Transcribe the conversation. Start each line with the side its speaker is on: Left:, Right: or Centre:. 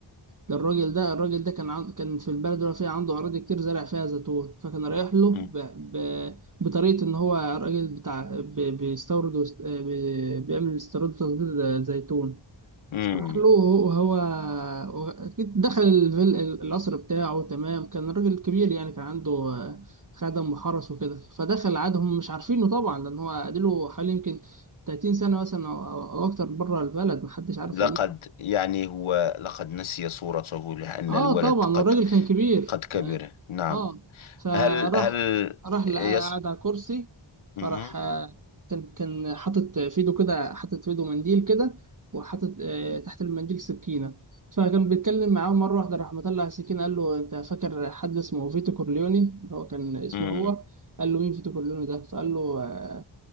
Right: للراجل ده الراجل ده كان عند... كان في البلد اللي فيها عنده اراضي كتير زرع فيها زيتون فكان رايح له ب...
Left: مم.
Right: ب... بطريقه ان هو راجل بتاع ب... بيستورد وست... آه، بي... بيعمل استيراد وتصدير زيتون
Left: مم.
Right: صلاح له وهو وهو- أكيد دخل الفيل القصر بتاعه تمام كان راجل كبير يعني كان عنده آه، خدم وحرس وكده فدخل عادهم مش عارفينه طبعا لأن هو قاله حوالي يمكن 30 سنة مثلا أو أو أكتر بره البلد محدش عارف
Left: لقد
Right: هو مين
Left: يعني هو لقد نسي صورته لأن
Right: اه
Left: الولد
Right: طبعا
Left: قد
Right: والراجل كان كبير
Left: قد كبر
Right: يعني
Left: نعم
Right: اه فراح
Left: هل هل
Right: راح لقى
Left: يس
Right: قعد على كرسي فراح
Left: مم.
Right: آه، كان كان حاطط في ايده كده حاطط في ايده منديل كده وحاطط آه، تحت المنديل سكينة فكان بيتكلم معاه مرة واحدة راح مطلع سكينة قال له انت فاكر حد اسمه فيتو كورليوني اللي هو كان اسمه
Left: مم.
Right: هو قال له مين فيتو كورليوني ده فقال له آه،